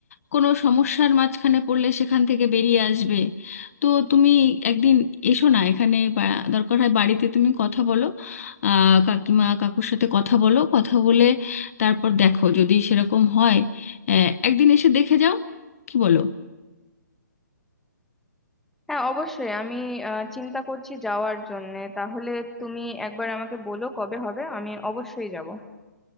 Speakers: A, on the left (about 50°); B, in the centre.
A: কোনো সমস্যার মাঝখানে পড়লে সেখান থেকে বেরিয়ে আসবে তো তুমি একদিন এসো না এখানে বা দরকার হয় বাড়িতে তুমি কথা বলো আহ, কাকিমা কাকুর সাথে কথা বলো কথা বলে তারপর দেখো যদি সেরকম হয় আহ, একদিন এসে দেখে যাও কি বলো
B: হ্যাঁ অবশ্যই আমি আহ, চিন্তা করছি যাওয়ার জন্য তাহলে তুমি একবার আমাকে বলো কবে হবে আমি অবশ্যই যাব